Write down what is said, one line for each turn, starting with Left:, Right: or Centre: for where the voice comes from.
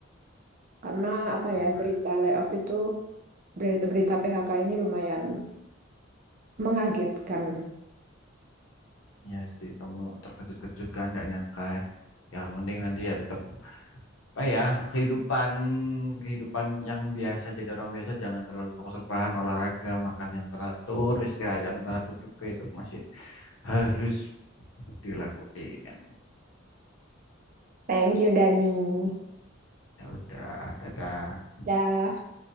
Right: Karena apa
Left: sama
Right: ya, berita layoff itu, beri- berita PHK ini lumayan mengagetkan.
Left: Iya sih, kamu terkejut-kejut kan, nggak nyangka. Ya, Ya, mending nanti ya tetap apa ya kehidupan kehidupan yang biasa jadi orang biasa jangan terlalu fokus rebahan olahraga makan yang teratur istirahat yang teratur juga itu masih harus dilakuin.
Right: Thank you, Dani.
Left: Ya udah, dadah.
Right: Dah.